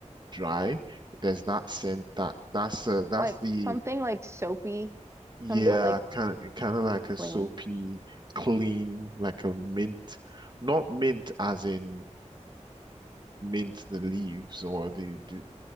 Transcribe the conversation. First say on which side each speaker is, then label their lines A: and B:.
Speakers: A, on the right; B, on the right.
A: dry? There's that scent that that's uh, that's
B: like
A: the
B: something like soapy,
A: yeah
B: sometimes like
A: kind kind of like
B: clean.
A: a soapy clean like a mint, not mint as in mint the leaves or the, the